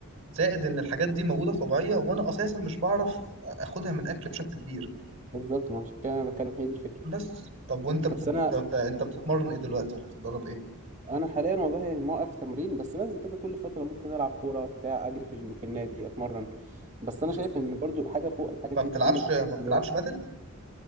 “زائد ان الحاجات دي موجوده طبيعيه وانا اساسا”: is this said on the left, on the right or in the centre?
Right